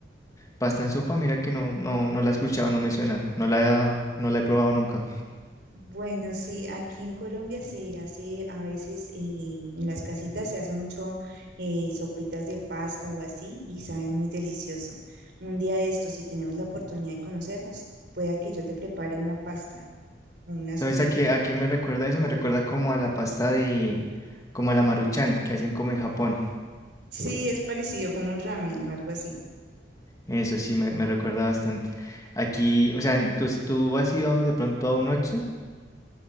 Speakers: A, on the left (about 20°); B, on the right (about 65°).
A: Pasta en sopa, mira que no, no, no la he escuchado, no me suena, no la, he- no la he probado nunca.
B: Bueno, sí, aquí en Colombia se hace a veces eh, en las casitas se hace mucho eh, sopitas de pasta o así y saben muy delicioso. Un día de estos, si tenemos la oportunidad de conocernos, pueda que yo te prepare una pasta o una
A: ¿Sabes
B: sopita.
A: a qué, a qué me recuerda eso? Me recuerda como a la pasta de, como a la maruchan que hacen como en Japón.
B: Sí, es parecido como un ramen o algo así.
A: Eso sí, me, me recuerda bastante. Aquí, o sea, ¿tú, tú has ido de pronto a un Oxxo?